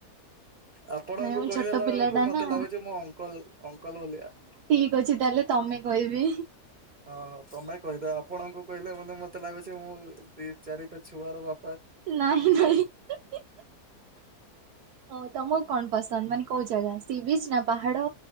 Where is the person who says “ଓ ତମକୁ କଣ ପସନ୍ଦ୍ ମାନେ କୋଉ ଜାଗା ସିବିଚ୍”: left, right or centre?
Right